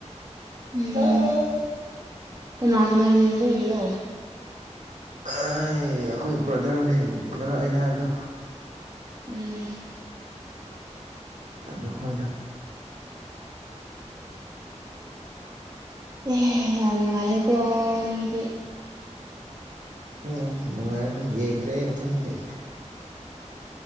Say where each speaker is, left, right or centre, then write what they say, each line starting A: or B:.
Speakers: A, on the right; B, on the right.
A: ꯎꯝ
B: ꯑꯩ
A: ꯀꯅꯥ ꯀꯅꯥ ꯌꯦꯡꯕꯒꯤꯔꯣ
B: ꯑꯥꯢ ꯑꯩꯈꯣꯏ ꯕ꯭ꯔꯗꯔꯁꯤꯡ ꯉꯥꯔꯥꯡ ꯑꯩꯅ ꯍꯥꯏꯕꯗꯣ
A: ꯎꯝ
B: ꯑꯗꯨꯈꯣꯏꯗꯣ
A: ꯑꯦ ꯌꯥꯝ ꯅꯨꯡꯉꯥꯏꯌꯦꯀꯣ ꯅꯪꯗꯤ꯫
B: ꯎꯝ ꯅꯨꯡꯉꯥꯏꯔꯅꯤ ꯌꯦꯡꯗ꯭ꯔꯦ ꯑꯩ ꯃꯊꯪꯗꯗꯤ꯫